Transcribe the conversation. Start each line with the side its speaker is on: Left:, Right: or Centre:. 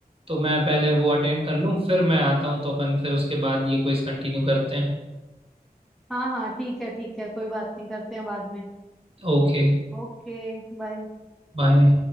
Right: तो मैं पहले वो अटेंड कर लूँ फिर मैं आता हूँ तो अपन फिर उसके बाद ये क्विज कंटिन्यू करते हैं
Centre: हाँ हाँ ठीक है ठीक है कोई बात नहीं करते हैं बाद में
Right: ओके
Centre: ओके बाय
Right: बाय